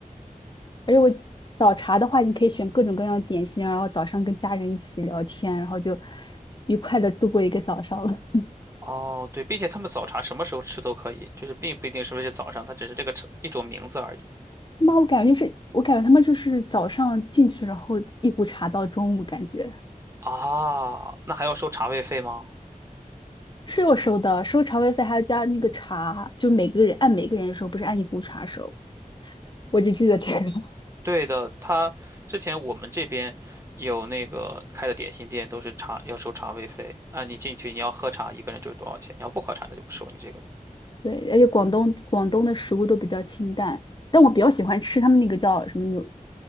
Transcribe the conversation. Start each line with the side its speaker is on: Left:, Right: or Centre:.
Left: 而且我早茶的话，你可以选各种各样的点心，然后早上跟家人一起聊天，然后就愉快的度过一个早上了，<laughs>
Right: 哦对，并且他们早茶什么时候吃都可以，就是并不一定是不是早上，它只是这个吃一种名字而已。
Left: 是吗？我感觉就是，我感觉他们就是早上进去，然后一壶茶到中午，感觉。
Right: 啊，那还要收茶位费吗？
Left: 是有收的，收茶位费还要加那个茶，就每个人按每个人收，不是按一壶茶收。我只记得这个。<laughs>
Right: 对的，他之前我们这边有那个开的点心店，都是茶要收茶位费啊。你进去你要喝茶，一个人就是多少钱？你要不喝茶，那就不收你这个。
Left: 对，而且广东广东的食物都比较清淡，但我比较喜欢吃他们那个叫什么牛，